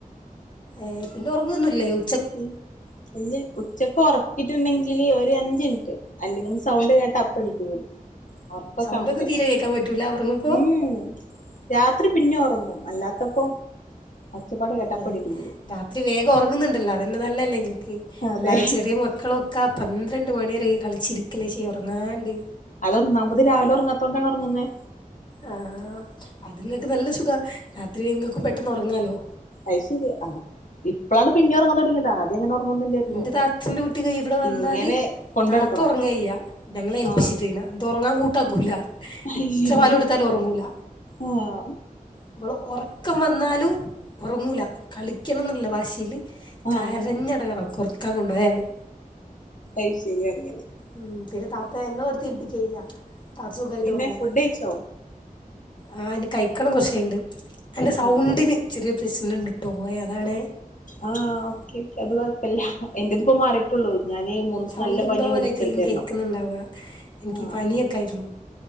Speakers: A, on the left; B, on the left.
A: ഏഹ് പിന്നെ ഒറങ്ങൊന്നുല്ലെ? ഉ
B: ഉം ഇല്ല ഉച്ചക്ക് ഒറക്കിട്ടുണ്ടെങ്കില് ഒരു അഞ്ച്ൻട്ട്. അല്ലെങ്കിൽ സൗണ്ട് കേട്ടാ അപ്പണീട്ട് വരും. ഒക്കെ
A: സൗണ്ടൊന്നും
B: കണക്കെന്നെ
A: തീരെ കേൾക്കാൻ പറ്റൂല ഉറങ്ങുമ്പോൾ
B: ഉം രാത്രി പിന്നെ ഒറങ്ങും അല്ലാത്തപ്പം ഒച്ചപ്പാട് കേട്ടാ അപ്പണീറ്റ്
A: ഉം
B: കൂടും
A: രാത്രി വേഗം ഒറങ്ങുന്നുണ്ടല്ലോ അതന്നെ നല്ലല്ലേ ഇങ്ങക്ക്
B: അതെ
A: അല്ലാതെ ചെറിയ മ മക്കളൊക്കെ പന്ത്രണ്ട് മണിയെരെ കളിച്ചിരിക്കല്ലേ ചെയ്യാ ഒറങ്ങാണ്ട്.
B: അത് ഒന്നാമത് രാവിലെ ഒറങ്ങാത്തോണ്ടാ ഒറങ്ങുന്നേ.
A: ആഹ് അത്ങ്ങക്ക് നല്ല സുഖാ രാത്രി ഇങ്ങക്കും പെട്ടെന്ന് ഒറങ്ങാലോ.
B: അഹ് ശെരി ആണ് ഇപ്പളാണ് പിന്നെ ഒറങ്ങാൻ തുടങ്ങിയത് ആദ്യം ഇങ്ങനെ ഒറങ്ങോന്നില്ലെരുന്നു
A: ഇന്റെ താത്തന്റെ കുട്ടിയൊക്കെ ഇവിടെ വന്നാല്
B: ഇങ്ങനെ കൊണ്ടടക്കണം
A: താത്ത ഉറങ്ങെയ്യാ ഞങ്ങളെ ഏൽപ്പിച്ചിട്ട്
B: ആഹ്
A: അത് ഉറങ്ങാൻ കൂട്ടാക്കൂല
B: അത്
A: എത്ര
B: ശരി
A: പാലൊടു ത്താലും ഉറങ്ങൂല
B: ആഹ്
A: അവള് ഉറക്കം വന്നാലും ഉറങ്ങൂല കളിക്കണംന്നുള്ള വാശില്
B: ആഹ്
A: കരഞ്ഞെടങ്ങാറാക്കും ഒറക്കാൻ കൊണ്ടോയാലും
B: ഐശെരി അങ്ങനെ
A: ഉം പിന്നെ താത്ത ഞങ്ങളെടുത്തേൽപിക്കാ ചെയ്യാ താത്ത സുഖായിട്ട്
B: പിന്നെ
A: ഒറങ്ങും
B: ഫുഡ് കഴിച്ചോ
A: ആഹ് നി കഴിക്കണം കുറച്ചുണ്ട് അൻ്റെ സൗണ്ടിന്
B: ഉം
A: ചെറിയ പ്രശ്നംണ്ട്ട്ട് പോയ അതാണ
B: ആഹ് ഓക്കെ ഓക്കെ അത് കൊഴപ്പല്ല എന്ന്ന്റെ ഇതിപ്പോ മാറിട്ട് ഞാന് മൂന്ന് ദിസം
A: സൗണ്ട്
B: നല്ല
A: എന്തോ
B: പനിയ
A: പോലായിട്ടായിരിക്കും
B: വിടിച്ചെടുത്തരുന്നു
A: കേൾക്കുന്നുണ്ടാവുക എനിക്ക്
B: ആഹ്
A: പനിയൊക്കെ ആയിരുന്നു